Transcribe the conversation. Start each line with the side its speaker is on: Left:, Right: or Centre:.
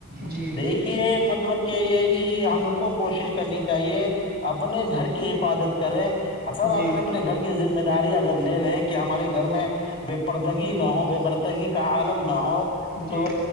Right: جی
Left: دیکھیے مطلب کیا یہ ہے کہ ہم کو کوشش کرنی چاہیے اپنے گھر کے حفاظت کریں اور سب
Right: جی
Left: اپنے اپنے گھر کی ذمہ داری اگر لے لیں کہ ہمارے گھر میں بے پرردگی نہ ہو بے پرردگی کا عالم نہ ہو
Right: جی
Left: تو